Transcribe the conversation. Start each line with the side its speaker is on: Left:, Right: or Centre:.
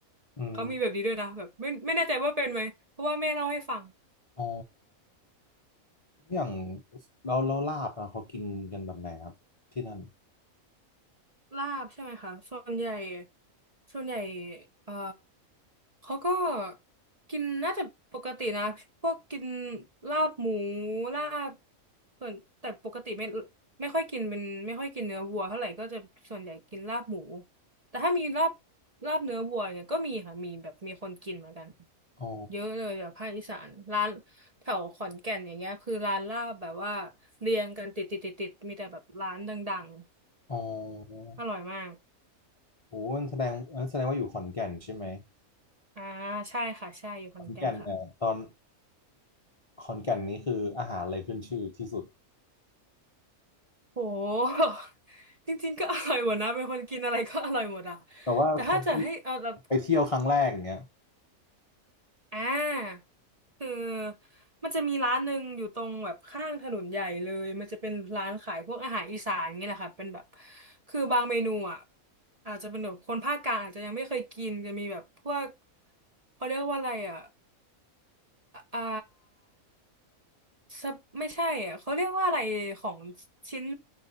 Left: อืม
Right: เขามีแบบนี้ด้วยนะแบบไม่ไม่แน่ใจว่าเป็นไหมเพราะว่าแม่เล่าให้ฟัง
Left: อ๋ออย่างเราเราลาบอะเขากินกันแบบไหนครับที่นั่น
Right: ลาบใช่ไหมคะส่วนใหญ่ส่วนใหญ่เอ่อเขาก็กินน่าจะปกตินะพวกกินลาบหมูลาบส่วนแต่ปกติไม่ไม่ค่อยกินเป็นไม่ค่อยกินเนื้อวัวเท่าไหร่ก็จะส่วนใหญ่กินลาบหมูแต่ถ้ามีลาบลาบเนื้อวัวเนี่ยก็มีค่ะมีแบบมีคนกินเหมือนกัน
Left: อ๋อ
Right: เยอะเลยแบบภาคอีสานร้านแถวขอนแก่นอย่างเงี้ยคือร้านลาบแบบว่าเรียงกันติดติดติดติดมีแต่แบบร้านดัง
Left: อ๋อ
Right: ๆอร่อยมาก
Left: โอ้มันแสดงงั้นแสดงว่าอยู่ขอนแก่นใช่ไหม
Right: อ่าใช่ค่ะใช่อยู่ขอนแก่นค่ะ
Left: ขอนแก่นเนี่ยตอนขอนแก่นนี่คืออาหารอะไรขึ้นชื่อที่สุด
Right: โห <laughs> จริงๆก็อร่อยหมดนะเป็นคนกินอะไรก็อร่อยหมดอะ
Left: แต่ว่าคนที่
Right: แต่ถ้าจะให้เอาแบบ
Left: ไปเที่ยวครั้งแรกอย่างเงี้ย
Right: อ่าคือมันจะมีร้านหนึ่งอยู่ตรงแบบข้างถนนใหญ่เลยมันจะเป็นร้านขายพวกอาหารอีสานอย่างเี้แหละค่ะเป็นแบบคือบางเมนูอ่ะอาจจะเป็นแบบคนภาคกลางอาจจะยังไม่เคยกินจะมีแบบพวกเขาเรียกว่าอะไรอ่ะอ่า ซับไม่ใช่อ่ะเขาเรียกว่าอะไรของชิ้น